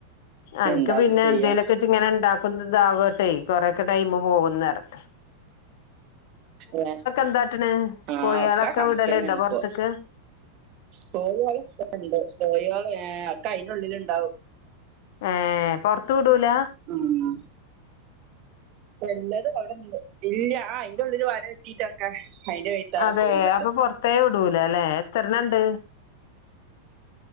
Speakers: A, on the left; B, on the right.
A: അൻക്ക്
B: എന്താപ്പ
A: പിന്നെ
B: ചെയ്യാ
A: എന്തേലൊക്കെ ച്ച് ങ്ങനെ ണ്ടാക്കും താകോട്ടെ കൊറെക്കെ ടൈമ് പോകുന്നറയ
B: ഏഹ്
A: എന്താട്ടണ്
B: ആഹ
A: കോഴിയാളൊക്കെ
B: ഒക്കെ കണക്കന്നെണ്
A: വിടലുണ്ടോ പൊറത്ത്ക്ക്
B: ഇപോ കോഴിയാളൊക്കെണ്ട് കോഴിയാളേ ഒക്കയ്ന്റൊള്ളില് ണ്ടാവും
A: ഏഹ് പൊർത്ത് വിടൂല
B: ഉം എല്ലാതും അവിടെണ്ട് ഇല്ല ആഹ് അയ്ന്റൊള്ളില് വലട്ടീട്ടൊക്കെ അയ്ന്റെ വൈത്താലെ
A: അതെ
B: പോകുംന്നണ്ട്
A: അപ്പൊ പൊറത്തേ വിടൂല അല്ലെ എത്രണ്ണണ്ട്